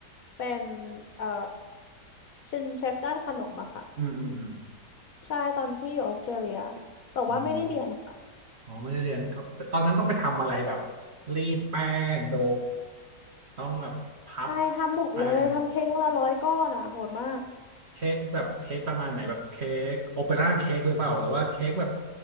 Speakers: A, on the left; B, on the right.
A: เป็นเอ่อเป็นเชฟด้านขนมอะค่ะ
B: อืมอืมอืม
A: ใช่ตอนที่อยู่ออสเตรเลียแต่ว่าไม่ได้เรียนค่ะ
B: อืม อ๋อไม่ได้เรียนก็ตอนนั้นต้องไปทำอะไรแบบรีดแป้งโดต้องแบบพับ
A: ใช่ทำหมดเลยทำเค้กวันละร้อยก้อนอะโหดมาก
B: แป้งเค้กแบบเค้กประมาณไหนแบบเค้กโอเปร่าเค้กหรือเปล่าหรือว่าเค้กแบบ